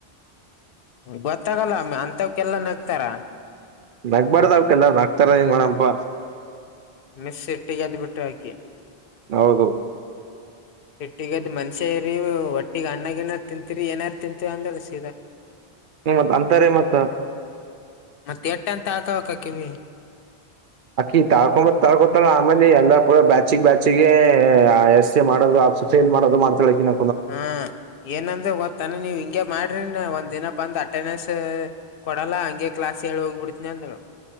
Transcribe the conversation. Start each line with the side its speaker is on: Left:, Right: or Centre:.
Left: ಗೊತ್ತಾಗಲ್ಲ ಅಂತವಕ್ಕೆಲ್ಲಾ ನಗ್ತಾರ
Right: ನಕ್ಬರ್ದ ಎಲ್ಲ ಹಾತಾರ ಹೆಂಗ ಮಾಡಣಪ್ಪಾ
Left: ಮೆಸ ಇಟ್ಟ ಜತಿ ಬಿಟ್ಟು ಹಾಕಿಯ
Right: ಹೌದು
Left: ಸಿಟ್ಟಿಗದ್ ಮನ್ಷ್ಯ ಇರಿ ಒಟ್ಟಿಗ ಅಣ್ಣಗನಾರ ತಿಂತೀರಿ ಏನಾರು ತಿಂತೀರ ಅಂದಸದ
Right: ಹ್ಮ ಮತ್ ಅಂತಾರೆ ಮತ್ತ
Left: ಮತ್ತೆ ಎಟ್ಟ ಅಂತ ಹಾಕವಕ್ ಹಕಿವಿ
Right: ಅಕ್ಕಿ ತಾಕೊಂಬತ್ ತಾಕೋತಳ ಆಮೇಲೆ ಎಲ್ಲಾ ಕೂಡ ಬ್ಯಾಚಿಗೆಗ್ ಬ್ಯಾಚಿಗೆ ಆ ಎಸ್ ಎ ಮಾಡೋದು ಆ ಫೇಲ್ ಮಾಡೋದು ಮಾಡ್ತಾಳಕಿನ
Left: ಹಾ ಏನಂದ್ರೆ ಗೊದ್ತಾನೆ ನೀವ್ ಹ ಹಂಗೆ ಮಾಡ್ರಿ ನ ಒಂದ ದಿನ ಬಂದ ಅಟೆಂಡೆನ್ಸ್ ಕೊಡಲ್ಲ ಹಂಗೆ ಕ್ಲಾಸ್ ಿ ಹೋಗ್ಬಿಡ್ತನಿ ಅಂದಳ